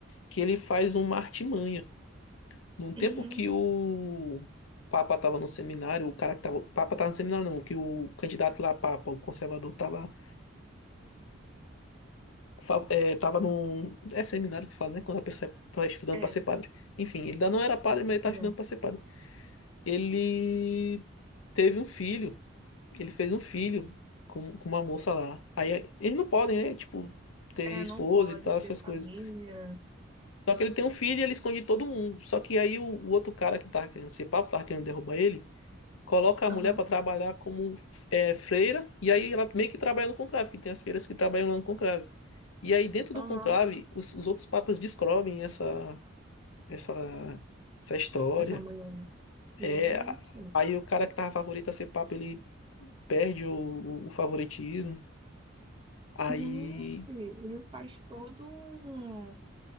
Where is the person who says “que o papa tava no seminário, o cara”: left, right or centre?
Left